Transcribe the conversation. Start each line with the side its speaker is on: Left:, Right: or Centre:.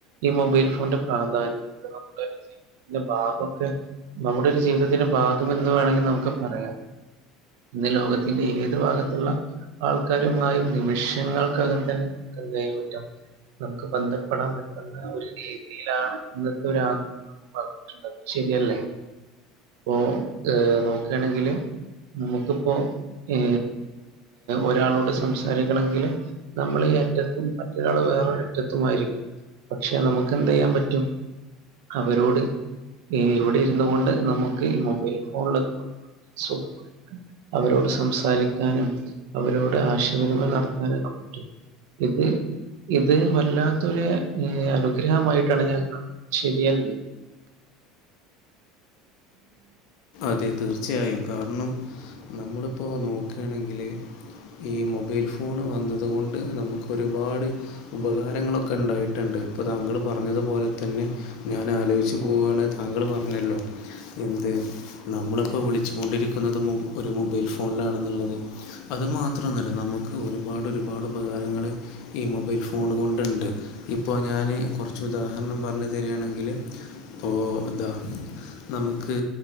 Right: ഈ മൊബൈൽ ഫോണിന്റെ പ്രാ അതാണിപ്പം, നമുക്ക <unintelligible> ന്റെ, ഭാഗമൊക്കെ നമ്മുടെ ഒരു ജീവിതത്തിന്റെ ഭാഗം എന്നുവേണമെങ്കിൽ നമുക്കുപറയാം. ഇന്ന് ലോകത്തിന്റെയേതു ഭാഗത്തുള്ള ആൾക്കാരുമായും നിമിഷങ്ങൾക്കകം തന്നെ നമുക്കെന്തു ചെയ്യാൻപറ്റും. നമുക്കുബന്ധപ്പെടാൻ പറ്റുന്നയൊരു രീതിയിലാണിന്നത്തെ യൊരു ആധുനീകയുഗം അത് ശരിയല്ലേ ഇപ്പൊ ഏ നോക്കുകയാണെങ്കില് നമുക്കിപ്പോ ഏ ഒരാളോടു സംസാരിക്കണമെങ്കില് നമ്മളീ ങ്ങേ അറ്റത്തും മറ്റൊരാൾ വേറൊരറ്റത്തുമായിരിക്കും. പക്ഷേനമുക്കെന്തു ചെയ്യാൻ പറ്റും അവരോട് ഈ ഇവിടെയിരുന്നുകൊണ്ടു, നമുക്കീ മൊബൈൽഫോണിലോക്കെ സുഖം അവരോടു സംസാരിക്കാനും, അവരോടു ആശയവിനിമയം നടത്താനുമൊക്കെ പറ്റും. ഇത്, ഇത് വല്ലാത്തൊരു അനുഗ്രഹമായിട്ടാണ് ഞാൻ കാണു ശരിയല്ലേ
Left: അതെ, തീർച്ചയായും കാരണം നമ്മളിപ്പോ നോക്കുകയാണെങ്കില് ഈ മൊബൈൽഫോണു വന്നതുകൊണ്ട് നമുക്കൊരുപാട് ഉപകാരങ്ങളൊക്കെ ഉണ്ടായിട്ടുണ്ട്. ഇപ്പൊ താങ്കളു പറഞ്ഞതുപോലെതന്നെ ഞാൻ ആലോചിച്ചു പോവാണ് താങ്കള് പറഞ്ഞല്ലോ എന്ത് നമ്മളിപ്പോ വിളിച്ചുകൊണ്ടിരിക്കുന്നതും ഒരു മൊബൈൽ ഫോണിലാണെന്നുള്ളത്. അതുമാത്രമൊന്നുമല്ല ന നമുക്ക് ഒര്പാട് ഒര്പാട് ഉപകാരങ്ങള് ഈ മൊബൈൽ ഫോണ് കൊണ്ട്ണ്ട് ഇപ്പോ ഞാന് കൊ കൊറച്ച് ഉദാഹരണം പറഞ്ഞ് തെര്യാണെങ്കില് ഇപ്പോ എന്താ നമുക്ക്